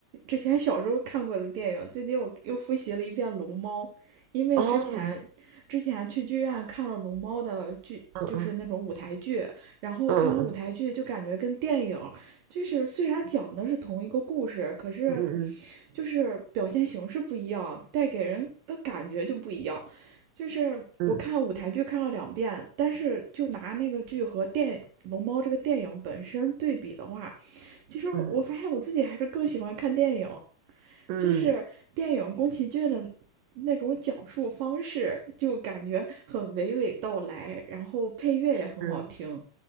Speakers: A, on the right (about 65°); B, on the right (about 80°).
A: 之前小时候看过的电影，最近我又复习了一遍《龙猫》，因为之前之前去剧院看了《龙猫》的剧，
B: 哦，嗯
A: 就是那种舞台剧，然后看完舞台剧就感觉跟电影
B: 嗯
A: 就是虽然讲的是同一个故事，可是
B: 嗯
A: 就是表现形式不一样，带给人的感觉就不一样。就是我看舞台剧看了两遍，
B: 嗯
A: 但是就拿那个剧和电《龙猫》这个电影本身对比的话，其实我发现我自己还是更喜欢看电影，
B: 嗯嗯嗯嗯，
A: 就是电影宫崎骏的那种讲述方式，就感觉很娓娓道来，然后配乐也很好听。
B: 是，